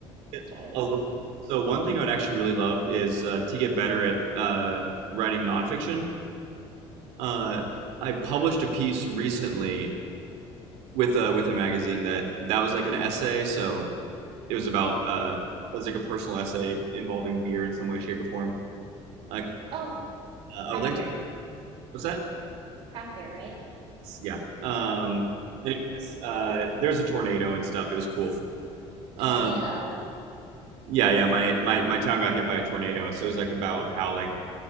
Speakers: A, on the right (about 50°); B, on the right (about 90°).
A: that's
B: get
A: right.
B: a little- so one thing I would actually really love is uh, to get better at uh, writing nonfiction. uh, I published a piece recently with a with a magazine that that was like an essay. So it was about uh, it was like a personal essay involving beer in some way, shape, or form. Like
A: Oh,
B: uh,
A: craft
B: I would like
A: beer.
B: to. What's that?
A: Craft beer, right?
B: It's- yeah. Um. Anyways, uh, there's a tornado and stuff. It was cool.
A: Tornado?
B: Um. Yeah, yeah. My my my town got hit by a tornado, so it was like about how like